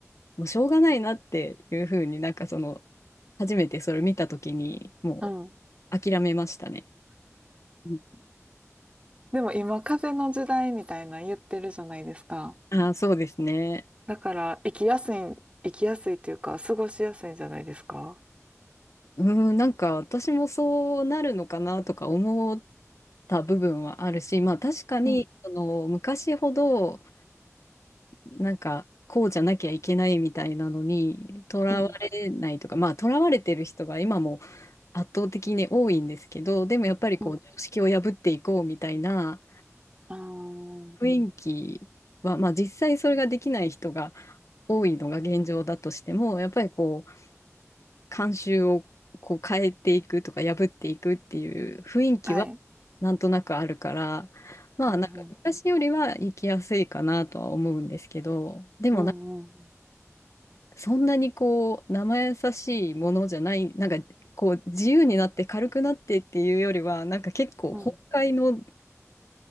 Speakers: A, on the left (about 65°); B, on the right (about 25°).
A: う、もうしょうがないなっていうふうになんかその初めてそれ見た時にも
B: うん。
A: う諦めましたね。うん
B: でも今、風の時代みたいなの言ってるじゃないですか。
A: ああそうですね。
B: だから、生きやすい、生きやすいというか、過ごしやすいんじゃないですか
A: うん、なんか私もそうなるのかなとか思った部分はあるし、まあ確かにその昔ほど
B: うん、
A: なんかこうじゃなきゃいけないみたいなのにとらわれないとか、
B: うん、
A: まあとらわれてる人が今も圧倒的に多いんですけど、でもやっぱりこう常識を破っていこうみたいな。
B: うん。あ
A: 雰囲気は、まあ、実際それができない人が多いのが現状だとしてもやっぱりこう慣習をこう変えていくとか破っていくっていう雰囲気は
B: あはい。
A: なんとなくあるからまあなんか昔よりは生きやすいかなとは思うんですけどでもな
B: うん、うん、うん、うん、
A: そんなにこう生優しいものじゃないなんかこう自由になって軽くなってっていうよりはなんか結構崩壊の
B: うん。